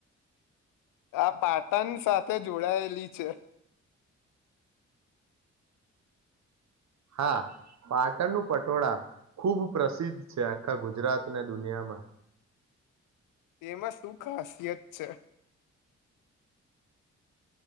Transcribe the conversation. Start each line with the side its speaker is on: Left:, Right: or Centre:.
Left: આ પાટણ સાથે જોડાયેલી છે.
Right: હા પાટણનું પટોળા ખુબ પ્રસિદ્ધ છે આખા ગુજરાતના દુનિયામાં.
Left: તેમાં શું ખાસિયત છે?